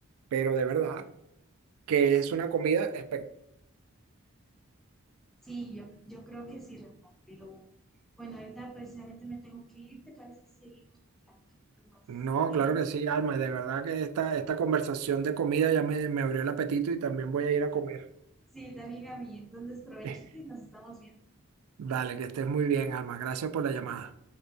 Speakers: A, on the right (about 85°); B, in the centre.
A: Pero de verdad que es una comida espectacular.
B: Sí, yo, yo creo que sí, Rafa, pero bueno, ahorita precisamente me tengo que ir, ¿te parece si seguimos platicando un poquito más
A: No,
B: tarde?
A: claro que sí, Alma, de verdad que esta, esta conversación de comida ya me, me abrió el apetito y también voy a ir a comer.
B: Sí, de amiga mía, entonces provechito
A: <laughs>
B: y nos estamos viendo.
A: Vale, que estés muy bien, Alma. Gracias por la llamada.